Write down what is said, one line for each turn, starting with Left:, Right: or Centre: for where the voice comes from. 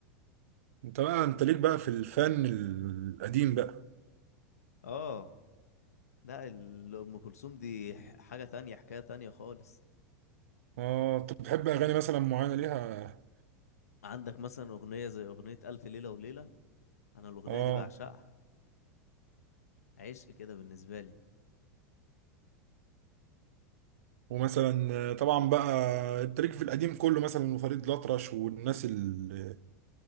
Right: انت بقى انت ليك بقى في الفن القديم بقى
Left: اه لا ال- ام كلثوم دي ح- حاجه تانية حكايه تانية خالص
Right: اه انت بتحب اغاني مثلا معينه ليها
Left: عندك مثلا اغنيه زي اغنيه الف ليله وليله انا الاغنيه
Right: اه
Left: دي بعشقها عشق كده بالنسبه لي
Right: ومثلا آه، طبعا بقى انت ليك في القديم كله مثلا وفريد الأطرش والناس ال-